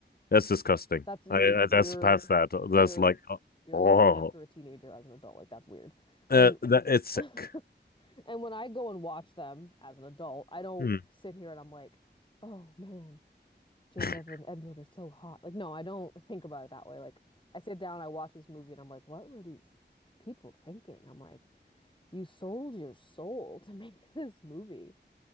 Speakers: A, on the left; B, on the left.
A: That's disgusting.
B: That's you're
A: I, I
B: you're
A: that's past that.
B: you're
A: That's like uh,
B: you're
A: oh,
B: lusting after a teenager as an adult. Like that's weird.
A: uh,
B: And
A: that
B: <laughs>
A: it's sick.
B: and when I go and watch them as an adult, I don't
A: Hmm.
B: sit here and I'm like, "Oh man, Jacob
A: <laughs>
B: and Edward are so hot." Like no, I don't think about it that way. Like I sit down, I watch this movie and I'm like, "What were these people thinking?" I'm like, "You sold your soul to make <laughs> this movie."